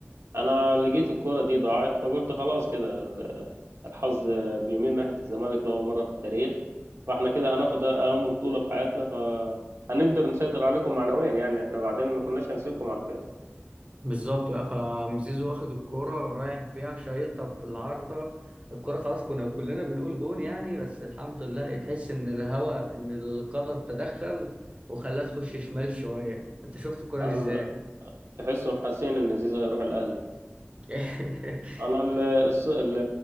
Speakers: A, on the right (about 85°); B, on the right (about 30°).
A: أنا لقيت الكرة دي ضاعت فقلت خلاص كده ال- الحظ بيميل ناحية الزمالك لأول مرة في التاريخ فاحنا كده هناخد أهم بطولة في حياتنا فهنقدر نسيطر عليكم معنويا يعني احنا بعدين ما كناش هنسيبكم على الفاس
B: بالظبط بقى فمزيزو واخد الكورة ورايح بيها شايطها في العارضة الكورة خلاص كنا كلنا بنقول جون يعني بس الحمد لله تحس إن الهوا إن القدر تدخل وخلاها تخش شمال شوية أنت شفت الكورة
A: أما
B: دي إزاي؟
A: تحسهم حاسين إن زيزو هيروح الأهلي
B: <laughs>
A: انا ال- الس- ال-